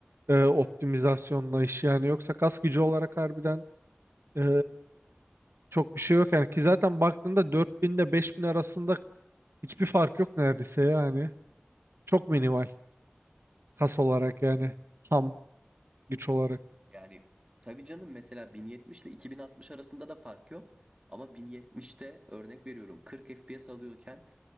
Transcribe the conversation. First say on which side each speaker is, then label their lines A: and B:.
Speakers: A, on the right (about 80°); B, on the right (about 25°).
A: e, optimizasyonla işi yani yoksa kas gücü olarak harbiden e, çok bir şey yok yani ki zaten baktığında 4000 ile 5000 arasında hiçbir fark yok neredeyse yani çok minimal kas olarak yani ham güç olarak
B: Yani tabii canım mesela 1070 ile 2060 arasında da fark yok. Ama 1070'te örnek veriyorum 40 FPS alıyorken